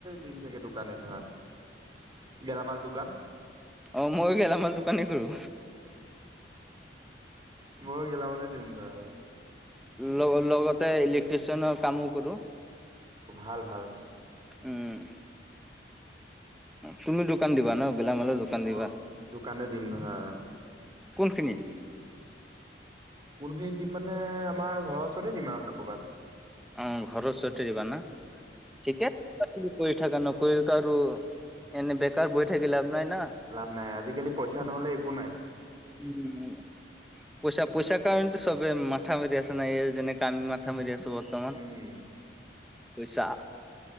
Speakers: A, on the right; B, in the centre.
A: দিম চাগে দোকানে ধৰা। গেলামাল দোকান।
B: অ', মইও গেলা মাল দোকানে কৰোঁ।
A: ময়ো গেলামালে দিম ধৰা আৰু।
B: লগ লগতে ইলেক্ট্ৰিচিয়ানৰ কামো কৰোঁ।
A: ভাল ভাল।
B: উম। তুমি দোকান দিবা ন? গেলামালৰ দোকান
A: মোৰ
B: দিবা
A: দোকানে দিম ধৰা আও।
B: কোনখিনিত?
A: কোনখিনিত দিম মানে আমাৰ ঘৰৰ ওচৰতে দিম আৰু ধৰা ক'বাত।
B: উম। ঘৰৰ ওচতে দিবা না। ঠিক এ কৰি থাকা ন। নকৰিলেতো আৰু এনে বেকাৰ বহি থাকি লাভ নাই না।
A: লাভ নাই। আজিকালি পইচা নহলে একো নাই।
B: উম পইচা। পইচাৰ কাৰণেতো চবে মাথা মাৰি আছে না। এ যেনেকে আমি মাথা মাৰি আছো বৰ্ত বৰ্তমান।
A: উম
B: পইছা।